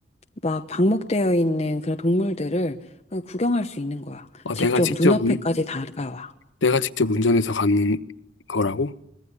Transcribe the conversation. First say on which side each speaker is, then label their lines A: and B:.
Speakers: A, on the left (about 35°); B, on the left (about 80°).
A: 막 방목되어 있는 그런 동물들을 그냥 구경할 수 있는 거야.
B: 어,
A: 직접
B: 내가 직접
A: 눈앞에까지
B: 운,
A: 다가와.
B: 내가 직접 운전해서 가는 거라고?